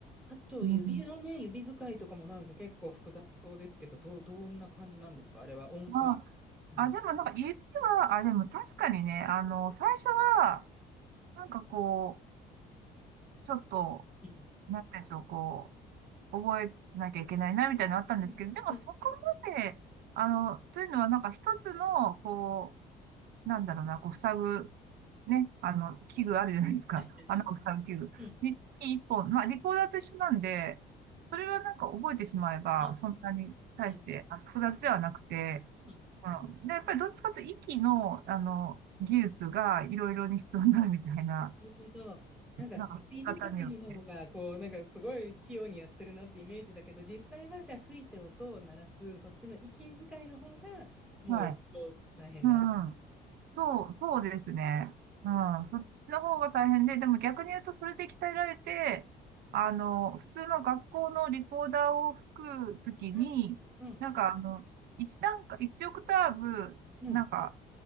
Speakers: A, in the centre; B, on the right.
A: あと指のね、
B: うん、
A: 指使いとかもなんか結構複雑そうですけど、どう、どんな感じなんですかあれは音階。
B: ま
A: うん。
B: あ、あ、でもなんか指は、あ、でも確かにね、あの、最初は、なんかこう、ちょっと、
A: うん。
B: なんていうんでしょう、こう、覚えなきゃいけないな、みたいなのあったんですけど、
A: うん。
B: でもそこ
A: うん
B: まで、あの、というのはなんか一つの、こう、なんだろうな、こう、塞ぐ、ね、あの、器具あるじゃないですか。
A: はいはいはい
B: <laughs> 穴を塞ぐ器具。
A: うん。
B: に一本。まあ、リコーダーと一緒なんで、それはなんか覚えてしまえば、
A: あ、
B: そんなに対してあ複雑ではなくて、
A: なるほど。そうなんですね。
B: うん。で、やっぱりどっちかというと息の、あの、技術がいろいろに必要になるみたいな、
A: なるほど。なんか、
B: なんか聞き方によって。
A: 指使いの方が、こう、なんかすごい器用にやってるなってイメージだけど、実際はじゃあ吹いて音を鳴らす、そっちの息遣いの方が、もうよっぽど大変だ。
B: はい。うん。
A: うん。
B: そう、そうですね。うん。そっちの方が大変で、でも逆に言うとそれで鍛えられて、あの、普通の学校のリコーダーを吹くときに、
A: あうん。
B: なんかあの、一段階、一オクターブ、
A: うん
B: なんか、